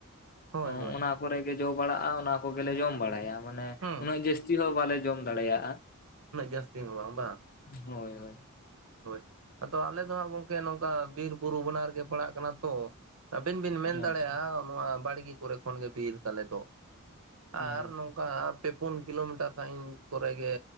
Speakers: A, on the left; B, on the right.
A: ᱾
B: ᱦᱳᱭ ᱦᱳᱭ
A: ᱚᱱᱟ ᱠᱚᱨᱮ ᱜᱮ ᱡᱚ ᱵᱟᱲᱟᱜᱼᱟ ᱚᱱᱟ ᱠᱚ ᱜᱮᱞᱮ ᱡᱚᱢ ᱵᱟᱲᱟᱭᱟ ᱢᱟᱱᱮ
B: ᱦᱩᱸ
A: ᱩᱱᱟᱹᱜ ᱡᱟᱹᱥᱛᱤ ᱪᱤ ᱦᱚᱸ ᱵᱟᱞᱮ ᱡᱚᱢ ᱫᱟᱲᱮᱭᱟᱜᱼᱟ,
B: ᱩᱱᱟᱹᱜ ᱡᱟᱹᱥᱛᱤ ᱦᱚᱸ ᱵᱟᱝ ᱵᱟᱝ
A: ᱦᱳᱭ ᱦᱳᱭ,
B: ᱦᱳᱭ ᱟᱫᱚ ᱟᱞᱮ ᱫᱚ ᱦᱟᱸᱜ ᱜᱚᱢᱠᱮ ᱱᱚᱝᱠᱟ ᱵᱤᱨ ᱵᱩᱨᱩ ᱵᱟᱱᱟᱨ ᱜᱮ ᱯᱟᱲᱟᱜ ᱠᱟᱱᱟ ᱛᱚ᱾ ᱟᱹᱵᱤᱱ ᱵᱤᱱ ᱢᱮᱱ
A: ᱟᱪᱪᱷᱟ
B: ᱫᱟᱲᱮᱭᱟᱜᱼᱟ ᱱᱚᱣᱟ ᱵᱟᱲᱜᱤ, ᱯᱚᱨᱮ ᱠᱷᱚᱱ ᱜᱮ ᱵᱤᱨ ᱛᱟᱞᱮ ᱫᱚ ᱟᱨ
A: ᱟᱪᱪᱷᱟ
B: ᱱᱚᱝᱠᱟ ᱯᱮ ᱯᱳᱱ ᱠᱤᱞᱳᱢᱤᱴᱟᱨ ᱥᱟᱺᱜᱤᱧ ᱠᱚᱨᱮ ᱜᱮ